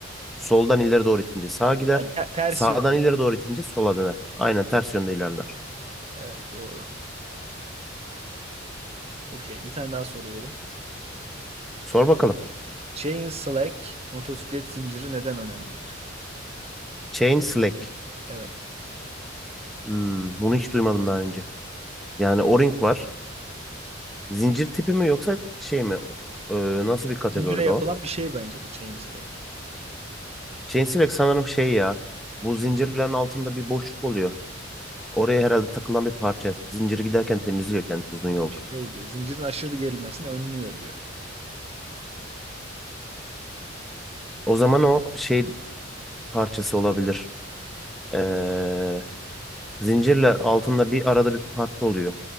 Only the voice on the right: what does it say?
Yani te- ters
yönde.
Evet doğru. Okey. Bir tane daha soruyorum.
Chain slack motosiklet zinciri neden önemlidir?
Evet.
Zincire yapılan
bir şey bence bu Chainslake.
Şey diyor, zincirin aşırı gerilmesini önlüyor diyor.